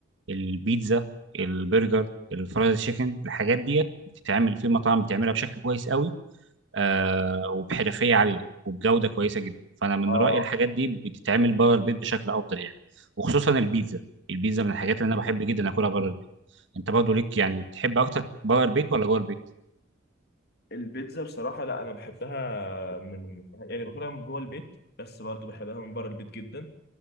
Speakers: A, on the right; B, on the left.
A: البيتزا البرجر الفرايد تشيكن الحاجات ديت بتتعمل في مطاعم بتعملها بشكل كويس قوي آه وبحرفيه عاليه وبجوده كويسه جدا فانا من
B: اه
A: رايي الحاجات دي بتتعمل بره البيت بشكل افضل يعني وخصوصا البيتزا البيتزا من الحاجات اللي انا بحب جدا اكلها بره البيت انت برضه ليك يعني بتحب اكتر بره البيت ولا جوه البيت
B: البيتزا بصراحة لا أنا بحبها من يعني باكلها من جوه البيت بس برضو بحبها من بره البيت جدا